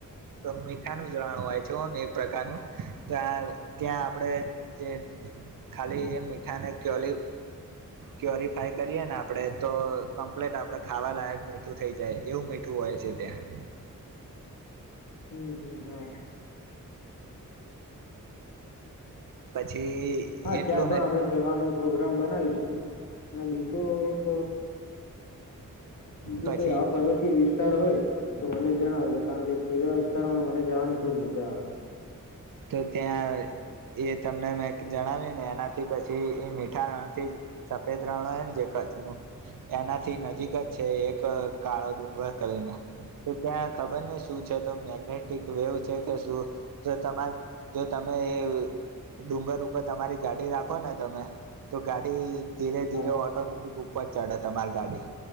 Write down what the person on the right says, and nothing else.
મીઠાનું રણ હોય છે હો ને એક પ્રકારનું ત્યા ત્યાં આપડે જે ખાલી મીઠાને કયો ક્યોરિફાય કરીએ ને આપડે તો કમ્પ્લીટ આપણેે ખાવા લાયક મીઠું થઈ જાય એવું મીઠું હોય છે ત્યાં.
પછી
એટલું
ને
પછી
તો ત્યાં એ તમને મેં જણાવ્યું ને એનાથી પછી એ મીઠા રણથી સફેદ રણ હોય ને જે કચ્છનું એનાથી નજીક જ છે એક કાળો ડુંગર કરીને. તો ત્યાં ખબર નહ શું છે તો મેગ્નેટિક વેવ છે કે શું તો તમારે જો તમે એ ડુંગર ઉપર તમારી ગાડી રાખો ને તમે તો ગાડી ધીરે ધીરે
ઓટોમેટિક ઉપ પર ચડે તમારી ગાડી